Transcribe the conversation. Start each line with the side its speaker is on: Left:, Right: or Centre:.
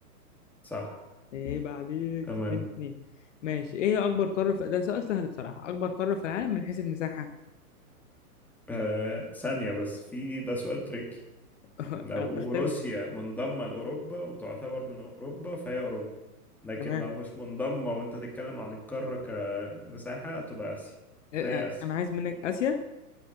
Centre: صح
Left: عيب عليك
Centre: تمام
Left: اتنين اتنين ماشي ايه هي اكبر قارة في ده سؤال سهل بصراحة اكبر قارة في العالم من حيث المساحة
Centre: آه ثانية بس في ده سؤال تريكي
Left: <laughs>
Centre: لو
Left: انا بختبرك
Centre: روسيا منضمة لأوروبا وتعتبر من أوروبا فهي أوروبا لكن
Left: تمام
Centre: لو مش منضمة وأنت تتكلم عن القارة كمساحة تبقى آسيا فهي
Left: إيه- انا
Centre: آسيا
Left: أنا عايز منك اسيا